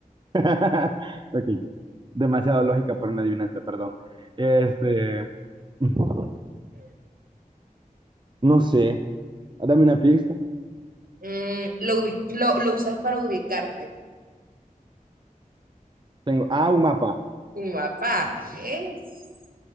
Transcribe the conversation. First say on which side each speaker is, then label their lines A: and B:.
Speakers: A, on the right; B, on the right.
A: <laughs> Ok, demasiado lógica para una adivinanza, perdón. Este, no sé, dame una pista.
B: Mm, lo, ubi- lo, lo usas para ubicarte.
A: Tengo, ah, un mapa.
B: Un mapa. Ya ves.